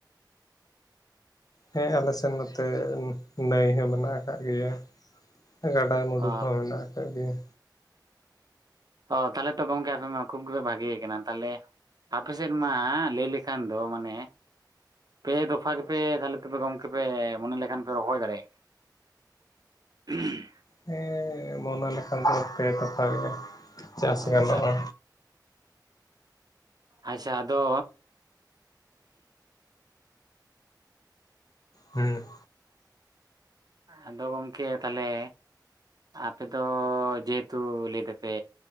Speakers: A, on the left (about 55°); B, on the right (about 60°).
A: ᱦᱮᱸ ᱟᱞᱮ ᱥᱮᱱ ᱱᱚᱛᱮ ᱱᱟᱹᱭ ᱦᱚᱸ ᱢᱮᱱᱟᱜ ᱟᱠᱟᱫ ᱜᱮᱭᱟ ᱜᱟᱰᱟ ᱢᱩᱰᱩ
B: ᱚ
A: ᱠᱚᱦᱚᱸ ᱢᱮᱱᱟᱜ ᱟᱠᱟᱫ ᱜᱮᱭᱟ᱾
B: ᱚ ᱛᱟᱦᱚᱞᱮ ᱛᱚ ᱜᱚᱝᱠᱮ ᱟᱯᱮ ᱢᱟ ᱠᱷᱩᱵᱽ ᱜᱮᱯᱮ ᱵᱷᱟᱜᱮ ᱟᱠᱟᱱᱟ ᱛᱟᱦᱚᱞᱮ ᱟᱯᱮ ᱥᱮᱫ ᱢᱟ ᱞᱟᱹᱭ ᱞᱮᱠᱷᱟᱱ ᱫᱚ ᱢᱟᱱᱮ ᱯᱮ ᱫᱚᱯᱷᱟ ᱜᱮᱯᱮ ᱛᱟᱦᱚᱞᱮ ᱛᱮ ᱜᱚᱝᱠᱮ ᱯᱮ ᱢᱚᱱᱮ ᱞᱮᱠᱷᱟᱱ ᱯᱮ ᱨᱚᱦᱚᱭ ᱫᱟᱲᱮᱭᱟᱜᱼᱟ? ᱦᱩ <unintelligible>
A: ᱦᱮᱸ ᱢᱚᱱᱮ ᱞᱮᱠᱷᱟᱱ ᱫᱚ ᱯᱮ ᱛᱯᱷᱟ ᱜᱮ ᱪᱟᱥ
B: ᱦᱳᱭ
A: ᱜᱟᱱᱚᱜᱼᱟ᱾
B: ᱟᱪᱪᱷᱟ ᱟᱫᱚ
A: ᱦᱮᱸ
B: ᱟᱫᱚ ᱜᱚᱝᱠᱮ ᱛᱟᱦᱚᱞᱮ ᱟᱯᱮ ᱫᱚ ᱡᱮᱦᱮᱛᱩ ᱞᱟᱹᱭ ᱫᱟᱯᱮ